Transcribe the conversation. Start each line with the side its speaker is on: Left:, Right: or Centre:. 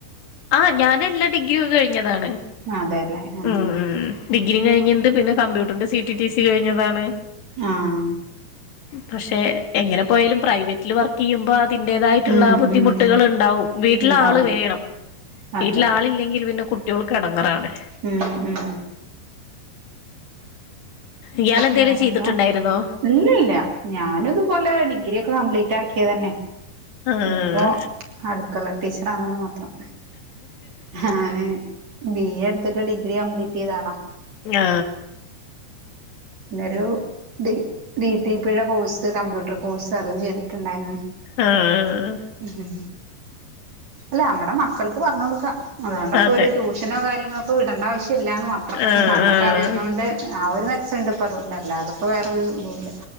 Left: ആഹ ഞാൻ എല്ലാ ഡിഗ്രി ഒന്ന കഴിഞ്ഞതാണ്
Right: അതെല്ലേ ആ
Left: ഉം ഉ ഡിഗ്രി കഴിഞ്ണ്ട് പിന്നെ കമ്പ്യൂട്ടറി്ന്റെ സി റ്റി റ്റി സി കഴിഞ്ഞതാണ്.
Right: ആഹ
Left: പക്ഷെ എങ്ങനെ പോയാലും പ്രൈവറ്റില് വർക്ക് തീയ്യുമ്പോൾ അതിന്റെതായിട്ടുള്ള
Right: ഉം
Left: ബുദ്ധിമുട്ടുകൾ
Right: ഉം
Left: ഉണ്ടാവും വീട്ടിലാള്
Right: ഉണ്ടാവും
Left: വേണം. വീട്ടിൽ
Right: അതെ
Left: ആളില്ലെങ്കിൽ പിന്നെ കുട്ടികൾക്ക് എടങ്ങറാണ്
Right: ഉം ഉം
Left: ഇയാൾ എന്തേലും
Right: വേറെന്താ?
Left: ചെയ്തിട്ടുണ്ടായിരുന്നോ
Right: ഇല്ല ഇല്ല ഞാന് ഇതുപോലെ ഡിഗ്രി ഒക്കെ കംപ്ലീറ്റ് ആക്കിയ തന്നെ
Left: ആഹ്
Right: ഇപ്പോ അടുക്കള ടീച്ചറാണെന്ന് മാത്രം. ഞാന് ബി എ എടുത്തിട്ട് ഡിഗ്രി കംപ്ലീറ്റ് ചെയ്താളാ
Left: ഞാ
Right: പിന്നൊരു ഡി ഡി ടി പിഴ കോഴ്സ് കമ്പ്യൂട്ടർ കോഴ്സ് അതും ചെയ്തു. ണ്ടായിരുന്നു
Left: ആഹ്
Right: ഉ അല്ലെ നമ്മടെ മക്കൾക്ക് പറഞ്ഞ കൊടുക്ക അതുകൊണ്ട്പ്പോ
Left: അതെ
Right: ഒരു ട്യൂഷൻ തനോ കാര്യങ്ങൾക്ക് വിടണ്ട ആവശ്യമില്ലാന്ന് മാത്രം
Left: ആഹ്
Right: നമുക്ക്
Left: ആഹ്
Right: അറിയുന്നോണ്ട് ആ ഒരു മെച്ചുണ്ട് ഇപ്പ അതുകൊണ്ട അല്ലാതപ്പോ വേറൊരു ഇത ഇല്ല